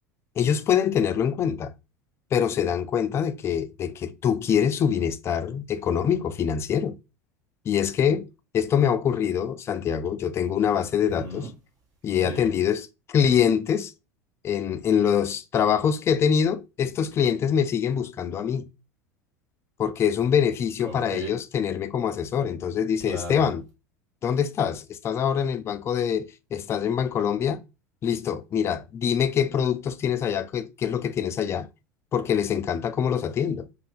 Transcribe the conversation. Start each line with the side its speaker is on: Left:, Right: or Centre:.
Left: Ellos pueden tenerlo en cuenta, pero se dan cuenta de que, de que tú quieres su bienestar económico, financiero. Y es que esto me ha ocurrido, Santiago, yo tengo una base de
Right: Ujú,
Left: datos y
Right: Sí,
Left: he atendido es- clientes en, en los trabajos que he tenido, estos clientes me siguen buscando a mí porque es un beneficio
Right: ok,
Left: para ellos tenerme como asesor. Entonces dice,
Right: claro,
Left: Esteban, ¿Dónde estás? ¿Estás ahora en el banco de, estás en Bancolombia? Listo, mira, dime qué productos tienes allá, qué, qué es lo que tienes allá, porque les encanta cómo los atiendo.